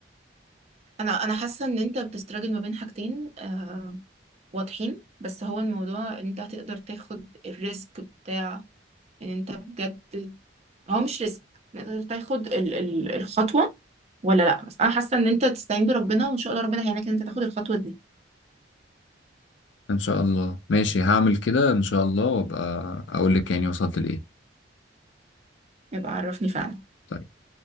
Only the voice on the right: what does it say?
انا انا حاسة ان انت بتستراجل ما بين حاجتين آه واضحين بس هو الموضوع ان انت هتقدر تاخد الريسك بتاع ان انت بجد هو مش ريسك إن انت تاخد ال- ال- الخطوة ولا لا بس انا حاسه ان انت تستعين بربنا وان شاء الله ربنا هيعينك ان انت تاخد الخطوه دي
يبقى عرفني فعلا